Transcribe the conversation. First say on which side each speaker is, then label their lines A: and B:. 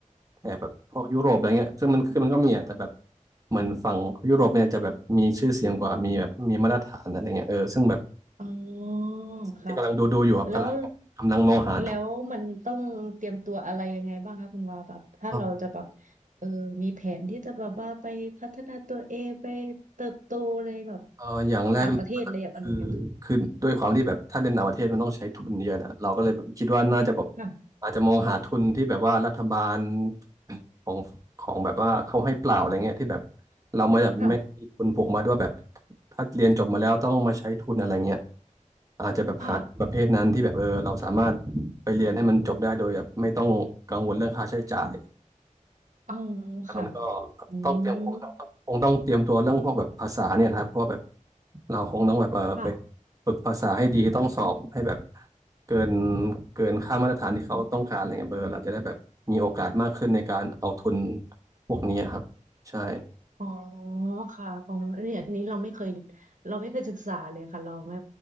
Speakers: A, on the right (about 25°); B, on the right (about 70°).
A: แถบแบบพวกยุโรปอะไรเงี้ยคือมันคือมันก็มีอะแต่แบบเหมือนฝั่งยุโรปเนี่ยจะแบบมีชื่อเสียงกว่ามีแบบมีมาตรฐานอะไรเงี้ยเออซึ่งแบบ
B: อ๋อค่ะ
A: ที่กำลังดูดูอยู่ครับกำลังกำลังมองหาทุน
B: แล้วแล้วมันต้องเตรียมตัวอะไรยังไงบ้างคะคุณวาแบบถ้าเราจะแบบ
A: ครับ
B: เออมีแผนที่จะแบบว่าไปพัฒนาตัวเองไปเติบโตในแบบ
A: เอ่ออย่างแรกเลย
B: ต่างประเทศเลยอะไรอย่างเงี้ย
A: คือคือด้วยความที่แบบถ้าเรียนต่างประเทศมันต้องใช้ทุนเยอะนะเราก็เลยแบบคิดว่าน่าจะแบบ
B: ค่ะ
A: อาจจะมองหาทุนที่แบบว่ารัฐบาลของของแบบว่าเขาให้เปล่าอะไรเงี้ยที่แบบเราไม่แบบไม่มีทุนผูกมัดว่าแบบ
B: ค่ะ
A: ถ้าเรียนจบมาแล้วต้องมาใช้ทุนอะไรเงี้ยอาจจะแบบหาประเภทนั้นที่แบบเออเราสามารถไปเรียนให้มันจบได้โดยแบบไม่ต้องกังวลเรื่องค่าใช้จ่าย
B: ค่ะอ๋อ
A: แล้วมันก็
B: ค่ะอืม
A: ต้องเตรียมคงต้องคงต้องเตรียมตัวเรื่องพวกแบบภาษาเนี่ยนะครับเพราะแบบเราคงต้องแบบเออไป
B: ค่ะ
A: ฝึกภาษาให้ดีต้องสอบให้แบบเกินเกินค่ามาตรฐานที่เขาต้องการอะไรเงี้ยเบอร์เราจะได้แบบมีโอกาสมากขึ้นในการเอาทุนพวกนี้ครับใช่
B: อ๋อค่ะอ๋อเนนี่ยอันนี้เราไม่เคยเราไม่เคยศึกษาเลยค่ะเราไม่